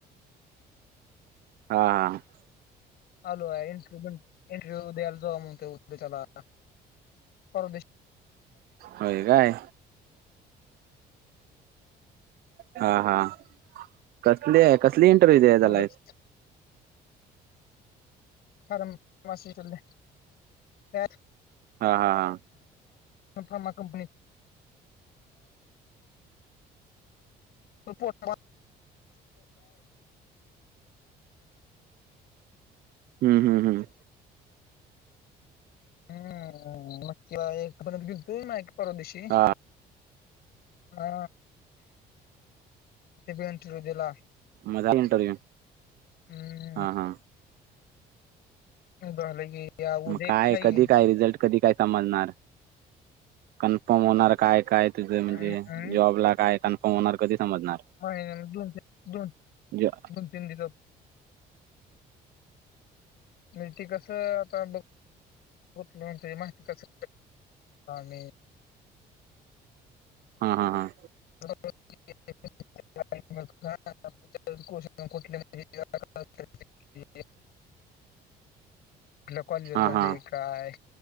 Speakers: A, on the right (about 65°); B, on the left (about 70°).
A: हा हा
B: लो इंटरव्हू इंटरव्ह्यू द्यायला जाऊ म्हग तेला परदे
A: होय काय हा हा कसली आहे कसली इंटरव्हू दे
B: तेवढंच
A: त्याला
B: प माशीील् ह
A: हा हा हा
B: फार्मा कंपनी पोट
A: हम् हम् हम
B: हम्म मग कि ए गेतो ना परवादेशी
A: हा
B: हा ते बटर दिला
A: मग झाला इंटरव्ह्यू
B: हम्
A: हा हा
B: गले की या व
A: मग
B: देख
A: काय
B: खाई
A: कधी काय रिझल्ट कधी काय समजणार कन्फर्म होणार काय काय तुझं
B: अं
A: म्हणजे
B: अं
A: जॉबला काय कन्फर्म होणार कधी समजणार
B: महि दोन तन दोन
A: ज
B: दोन तीन दिसात नाही ते कसं आता बघ बघ म्ह माहिती कस म
A: हा हा हा
B: <unintelligible> <inaudible> कुठ म्हज आपल्या कॉलेज
A: हा
B: झाले
A: हा
B: काय